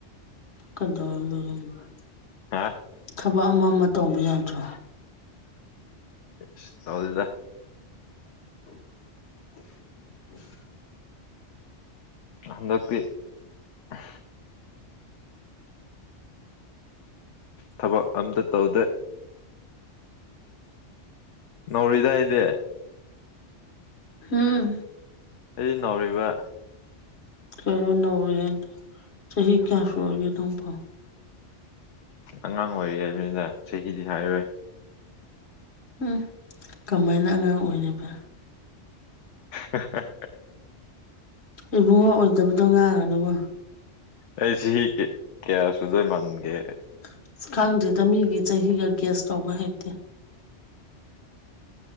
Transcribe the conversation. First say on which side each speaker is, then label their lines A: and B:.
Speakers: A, on the left (about 65°); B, on the left (about 80°).
A: <unintelligible>
B: ꯍꯥ
A: ꯊꯕꯛ ꯑꯃ-ꯑꯃ ꯇꯧꯕ ꯌꯥꯗ꯭ꯔꯣ
B: ꯁ ꯇꯥꯎꯗꯦꯗ
A: <inaudible>
B: ꯍꯟꯗꯛꯇꯤ ꯎꯝ ꯊꯕꯛ ꯑꯝꯇ ꯇꯧꯗꯦ ꯅꯧꯔꯤꯗꯥ ꯑꯩꯗꯤ
A: ꯍꯨꯝ
B: ꯑꯩ ꯅꯧꯔꯤꯕ
A: ꯀꯩꯅꫭ ꯅꯧꯔꯦ ꯍꯥꯏꯗꯤ ꯆꯍꯤ ꯀꯌꯥ ꯁꯔꯒꯦ ꯑꯗꫭꯝꯕꫭ
B: ꯑꯉꯥꯡ ꯑꯣꯏꯔꯤ ꯍꯥꯏꯕꯅꯤꯗ ꯆꯍꯤꯗꯤ ꯍꯥꯏꯔꯣꯏ
A: ꯎꯝ ꯀꯃꯥꯏꯅ ꯑꯉꯥꯡ ꯑꯣꯏꯔꯤꯕ
B: ꯍꯦ-ꯍꯦ-ꯍꯦ
A: ꯏꯕꯨꯡꯉꯣ ꯑꯣꯏꯗꯕꯗꯣ ꯉꯥꯡꯉꯅꯨꯕ
B: ꯑꯩ ꯆꯍꯤ ꯀꯌꯥ ꯁꯨꯗꫭꯏ ꯃꯥꯟꯒꯦ
A: ꯑꯁ ꯈꯪꯗꯦꯗ ꯃꯤꯒꯤ ꯆꯍꯤꯒ ꯒꯦꯁ ꯇꯧꯕ ꯍꯩꯇꯦ